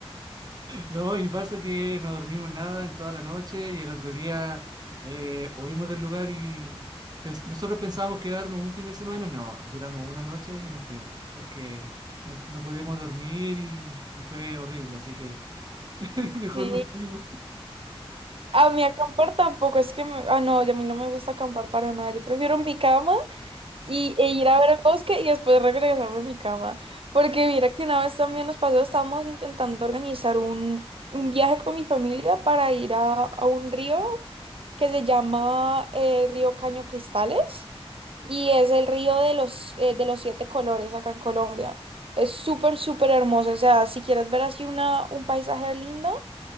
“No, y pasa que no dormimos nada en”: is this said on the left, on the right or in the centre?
Right